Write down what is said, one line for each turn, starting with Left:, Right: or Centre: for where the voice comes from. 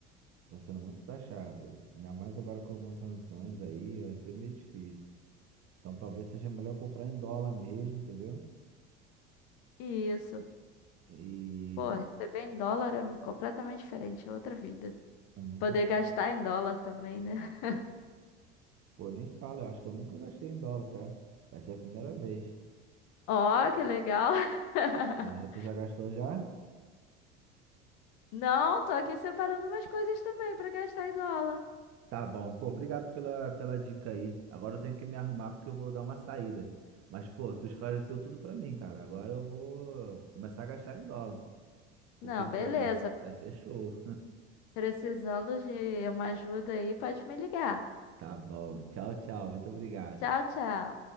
Right: Tá sendo muito taxado. Ainda mais agora com algumas sanções aí, vai ser meio difícil. Então talvez seja melhor comprar em dólar mesmo, entendeu?
Left: E isso,
Right: E
Left: pô, receber em dólar é completamente diferente, é outra vida.
Right: é muito
Left: Poder
Right: bom.
Left: gastar em dólar também, né?
Right: Pô, nem fala, eu acho que eu nunca gastei em dólar, tá? Vai ser a primeira vez.
Left: Ó, que legal! <laughs>
Right: É, tu já gastou já?
Left: Não, tô aqui separando umas coisas também pra gastar em dólar.
Right: Tá bom. Pô, obrigado pela, pela dica aí. Agora eu tenho que me arrumar porque eu vou dar uma saída. Mas, pô, tu esclareceu tudo pra mim, cara. Agora eu vou começar a gastar em dólar. Porque,
Left: Não,
Right: pô,
Left: beleza.
Right: vai, vai ser show.
Left: Precisando de uma ajuda aí, pode me ligar.
Right: Tá bom. Tchau, tchau. Muito obrigado.
Left: Tchau, tchau.